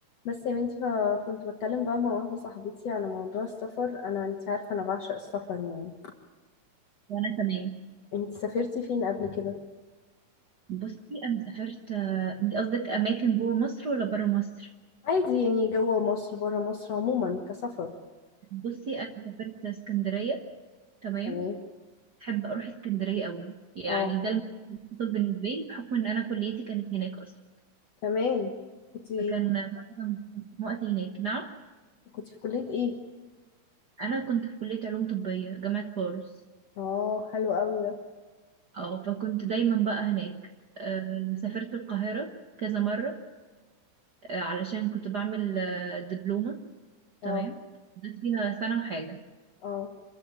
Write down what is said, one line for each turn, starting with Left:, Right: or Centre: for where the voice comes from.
Left: بس يا بنتي فكنت بتكلم بقى مع واحدة صاحبتي على موضوع السفر أنا أنت عارفة أنا بعشق السفر يعني
Right: وانا كمان
Left: أنت سافرتي فين قبل كده؟
Right: بصي انا سافرت آه، انت قصدك اماكن جوه مصر ولا بره مصر
Left: عادي يعني جوه مصر برا مصر عموما كسفر
Right: بصي انا سافرت اسكندريه تمام
Left: يعني
Right: بحب اروح اسكندريه قوي يعني
Left: اه
Right: ده المفضل بالنسبه لي بحكم ان انا كليتي كانت هناك اصلا
Left: كمان كنت
Right: فكان معظم وقتي هناك نعم
Left: كنت في كلية ايه؟
Right: انا كنت في كليه علوم طبيه جامعه فاروس
Left: اه حلو قوي ده
Right: اه فكنت دايما بقى هناك آه، سافرت القاهره كذا مره آه، علشان كنت بعمل آه، دبلومه
Left: اه
Right: تمام قضيت فيها سنه وحاجه
Left: اه